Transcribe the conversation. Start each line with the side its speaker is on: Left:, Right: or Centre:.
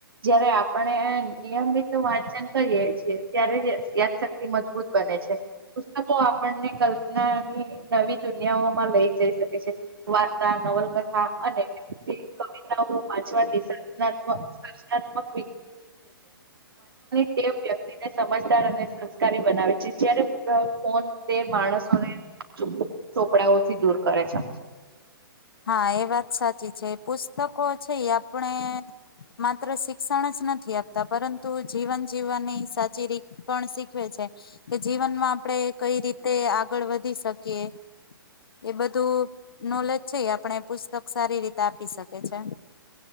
Right: જયારે આપણે નિયમિત તો વાંચન કરીએ છીએ ત્યારે યાદશક્તિ મજબૂત બને છે પુસ્તકો આપણને કલ્પનાની નવી દુનિયાઓમાં લઈ જઈ શકે છે. વાર્તા, નવલકથા અને કવિતાઓ વાંચવાથી સજનાત્મક સર્જનાત્મક વિચ તે વ્યક્તિને સમજદાર અને સંસ્કારી બનાવે છે. જ્યારે ફોન ફોન તે માણસોને ચોપડાઓથી દૂર કરે છે.
Left: હા એ વાત સાચી. સાચી છે. પુસ્તકો છે. આપણે માત્ર શિક્ષણ જ નથી આપતા પરંતુ જીવન જીવવાની સાચી રીત પણ શીખ શીખવે છે કે જીવનમાં આપણેે કઈ રીતે આ આગળ વધી શકીએ એ બધું નોલેજ છે આપણે પુસ્તક સારી રીતે આપી શકે છે.